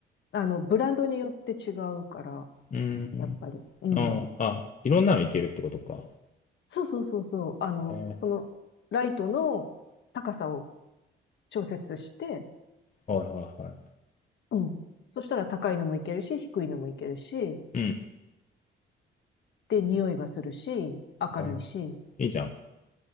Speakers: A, on the left (about 65°); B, on the left (about 40°).
A: あの、ブランドによって違うから、
B: うん。
A: やっぱり。うん。
B: ああ、あ、いろんなのいけるってことか。
A: そうそうそうそう。あの、
B: え
A: その、ライトの高さを調節して、
B: ー、はいはいはい。
A: うん。そしたら高いのもいけるし、低いのもいけるし、
B: うん。
A: で、匂いはするし、明るいし、
B: えーいいじゃん。